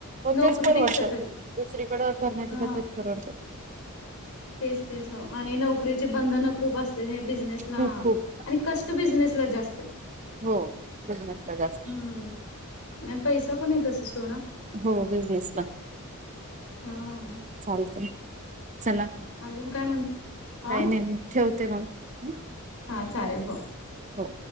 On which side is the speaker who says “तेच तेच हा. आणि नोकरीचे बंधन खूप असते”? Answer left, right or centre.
Left